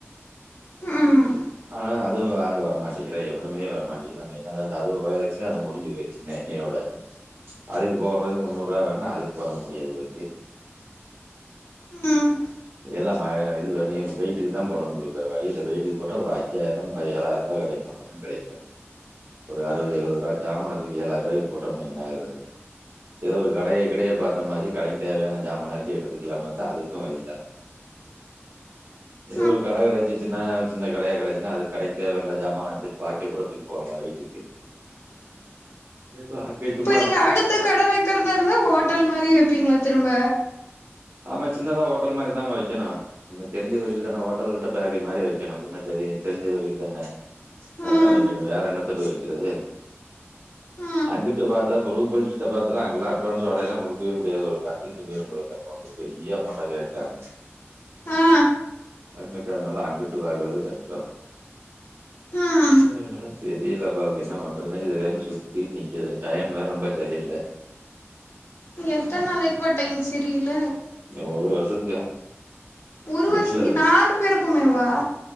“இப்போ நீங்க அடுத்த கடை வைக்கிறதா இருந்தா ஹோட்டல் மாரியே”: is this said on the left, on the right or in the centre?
Left